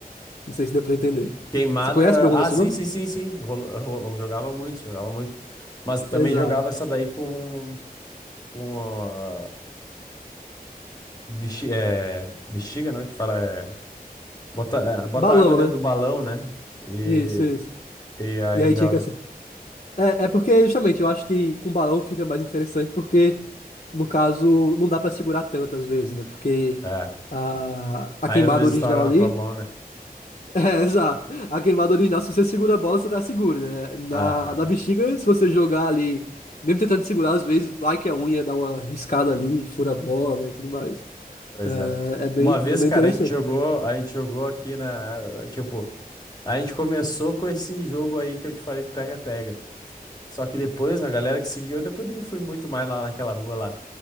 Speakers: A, on the left; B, on the left.
A: Não sei se deu pra entender.
B: Queimada.
A: Você conhece por algum
B: Ah,
A: desses
B: sim,
A: nome
B: sim, sim, sim. Rolo- ro- Jogava muito, jogava muito. Mas também
A: Exato.
B: jogava essa daí com, com a bexi- é, bexiga, né? Que fala. é, Bota, é, bota
A: Balão,
B: água dentro
A: né?
B: do balão, né? E,
A: Isso, isso.
B: e aí
A: E aí
B: joga.
A: tinha que ser. É, é porque, justamente, eu acho que com balão fica mais interessante, porque, no caso, não dá pra segurar tanto às vezes, né? Porque
B: É.
A: a, a
B: Aí
A: queimada
B: às vezes
A: original
B: estoura na
A: ali.
B: tua mão,
A: <laughs>
B: né?
A: É, exato. A queimada original, se você segura a bola, você tá seguro, né? Na,
B: Aham.
A: na bexiga, se você jogar ali, mesmo tentando segurar, às vezes, vai que a unha dá uma riscada ali, fura a bola, né, e tudo mais.
B: Pois
A: É,
B: é.
A: é bem,
B: Uma vez,
A: é bem
B: cara,
A: interessante.
B: a gente jogou, a gente jogou aqui na. Tipo, a gente começou com esse jogo aí que eu te falei do pega-pega. Só que depois, a galera que seguiu, eu depois nem fui muito mais lá naquela rua lá.